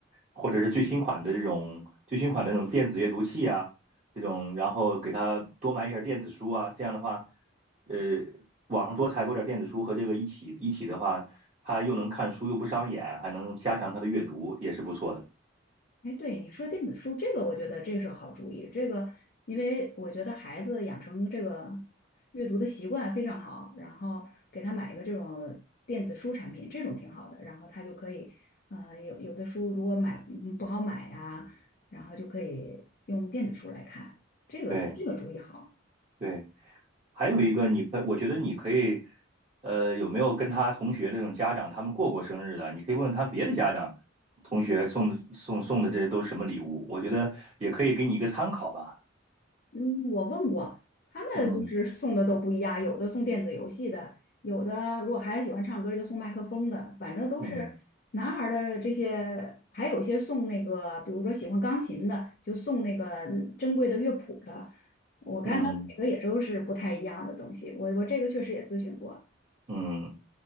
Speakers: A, on the right; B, on the left.
A: 或者是最新款的这种最新款的那种电子阅读器啊，这种，然后给他多买一些电子书啊，这样的话，呃，网上多采购点电子书和这个一体一体的话，他又能看书又不伤眼，还能加强他的阅读，也是不错的。
B: 哎，对，你说电子书这个，我觉得这个是个好主意。这个，因为我觉得孩子养成这个阅读的习惯非常好，然后给他买一个这种电子书产品，这种挺好的，然后他就可以，呃，有有的书如果买嗯不好买呀、然后就可以用电子书来看，这个这个主意好。
A: 对对，还有一个，你可我觉得你可以，呃，有没有跟他同学这种家长他们过过生日的？你可以问问他别的家长。同学送送送的这都是什么礼物？我觉得也可以给你一个参考吧。
B: 嗯，我问过，他们就是送的都不一样，
A: 嗯
B: 有的送电子游戏的，有的如果孩子喜欢唱歌就送麦克风的，反正都是男孩儿的这些，
A: 嗯。
B: 还有一些送那个，比如说喜欢钢琴的，就送那个嗯珍贵的乐谱的。我看他每个也都是不太一样的东西，
A: 嗯
B: 我我这个确实也咨询过。
A: 嗯。